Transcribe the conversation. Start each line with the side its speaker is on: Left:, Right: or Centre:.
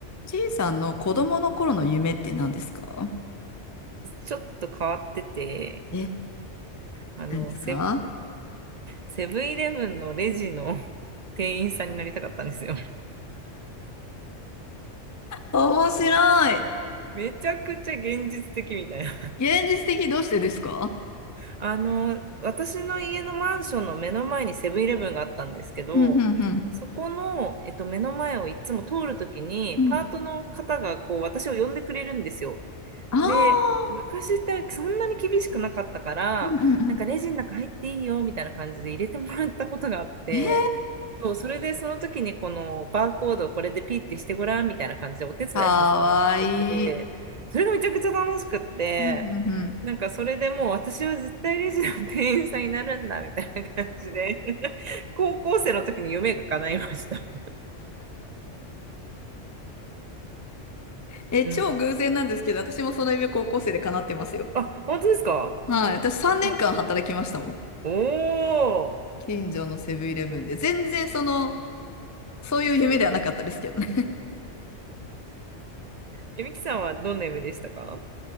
Left: ちいさんの子供の頃の夢って何ですか
Right: ちょっと変わってて、
Left: え、
Right: あの、
Left: 何ですか
Right: セ、セブンイレブンのレジの <laughs> 店員さんになりたかったんですよ。
Left: 面白い。
Right: めちゃくちゃ現実的みたいな。
Left: 現実的どうしてですか
Right: あの、私の家のマンションの目の前にセブンイレブンがあったんですけど、
Left: うん、うん、うん。
Right: そこの、えっと、目の前をいつも通るときに、
Left: うん、
Right: パートの方がこう私を呼んでくれるんですよ。
Left: ああ
Right: で、昔ってそんなに厳しくなかったから、
Left: ーうん、うん、
Right: なんかレジの中入っていいよみたいな感じで入れてもらったことがあって、
Left: うん。へえー、
Right: そう、それでその時にこのバーコードをこれでピッてしてごらんみたいな感じでお手伝いさせてもらってて、
Left: かわいい。
Right: それがめちゃくちゃ楽しくって、
Left: うん、うん、うん。
Right: なんかそれでもう私は絶対レジの店員さんになるんだみたいな感じで、<laughs> 高校生の時に夢が叶いました。
Left: え、
Right: うん。
Left: 超偶然なんですけど、私もその夢高校生で叶ってますよ。
Right: あ、本当ですか
Left: はい、私3年間働きましたもん。
Right: はい。おー。
Left: 近所のセブンイレブンで。全然その、そういう夢ではなかったですけどね
Right: えみきさんはどんな夢でしたか